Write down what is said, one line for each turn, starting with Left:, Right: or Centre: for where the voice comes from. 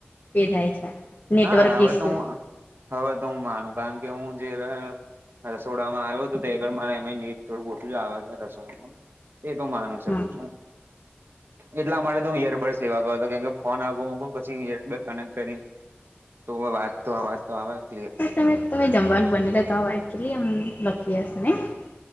Left: થાય છે. નેટવર્ક
Right: હા, હવે
Left: ઇસ્યુ
Right: તો હું માનું, કારણ કે હું જે હા, રસોડામાં આવ્યો હતો તો તે મને થોડું ઓછું જ આવડે છે રસોડામાં. એ તો માની શકું
Left: હા
Right: છું, કેટલા મળે તું યાર એવું કે ફોન આગળ પછી કનેક્ટ કરી. તો વાત તો આ વાત તો આવાજ.
Left: હા, તમે જમવાનું બનાવો છો? તમે વાનગી કેવી રીતે બનાવો છો? <unintelligible>